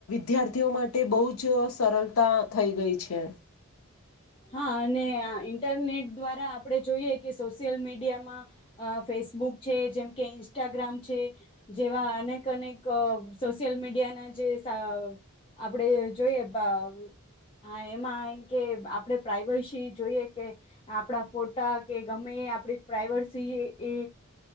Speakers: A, on the left; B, on the left.
A: વિદ્યાર્થીઓ માટે બહુ જ સરળતા થઈ ગઈ છે.
B: હા અને ઇન્ટરનેટ દ્વારા આપણે જોઈએ કે સોશિયલ મીડિયામાં ફેસબુક છે જેમકે ઇન્સ્ટાગ્રામ છે જેવા અનેક અનેક સોશિયલ મીડિયાના જે આપણે જોઈએ એમાં એમ કે. આપણે પ્રઇવસી જોઈએ કે આપણા ફોટા કે ગમે આપડી પ્રઇવસી એ